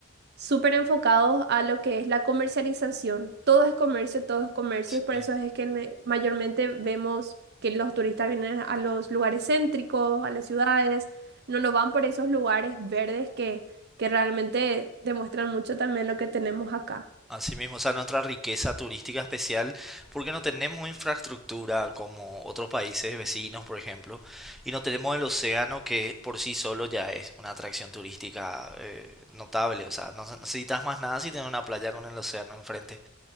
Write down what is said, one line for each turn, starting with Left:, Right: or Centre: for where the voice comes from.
Right: súper enfocados a lo que es la comercialización. Todo es comercio, todo es comercio,
Centre: Sí.
Right: y por eso es que ne- mayormente vemos que los turistas vienen a los lugares céntricos, a las ciudades, no nos van por esos lugares verdes que, que realmente demuestran mucho también lo que tenemos acá.
Centre: Así mismo, o sea, nuestra riqueza turística especial, porque no tenemos infraestructura como otros países vecinos, por ejemplo, y no tenemos el océano que por sí solo ya es una atracción turística eh, notable. O sea, no necesitas más nada si tienes una playa con el océano enfrente.